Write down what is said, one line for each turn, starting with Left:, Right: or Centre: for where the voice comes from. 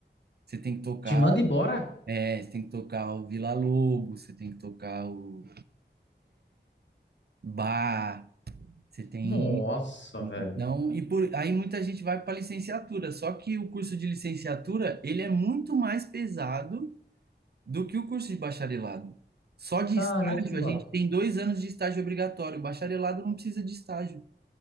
Right: Você tem que tocar,
Left: Te manda embora?
Right: é, você tem que tocar o Vila Lobos, você tem que tocar o Bar, você tem
Left: Nossa,
Right: Então,
Left: velho.
Right: e por, aí muita gente vai para licenciatura, só que o curso de licenciatura, ele é muito mais pesado do que o curso de bacharelado. Só de
Left: Caramba.
Right: estágio, a gente tem dois anos de estágio obrigatório, o bacharelado não precisa de estágio.